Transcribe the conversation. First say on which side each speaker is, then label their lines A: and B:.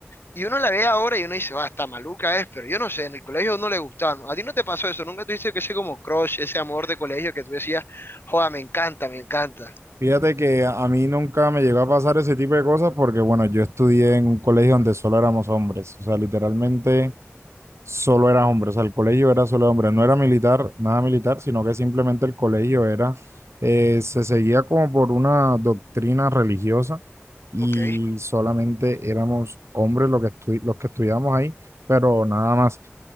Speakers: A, on the left (about 55°); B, on the right (about 85°).
A: Y uno la ve ahora y uno dice, va, está maluca es, pero yo no sé, en el colegio a uno le gustaba. ¿no? ¿A ti no te pasó eso? ¿Nunca tuviste que ese como crush, ese amor de colegio que tú decías, joda, me encanta, me encanta?
B: Fíjate que a a mí nunca me llegó a pasar ese tipo de cosas porque, bueno, yo estudié en un colegio donde solo éramos hombres, o sea, literalmente solo era hombres, o sea, el colegio era solo de hombres, no era militar, nada militar, sino que simplemente el colegio era, eh, se seguía como por una doctrina religiosa y
A: Ok,
B: solamente éramos hombres los que, estu- los que estudiábamos ahí, pero nada más.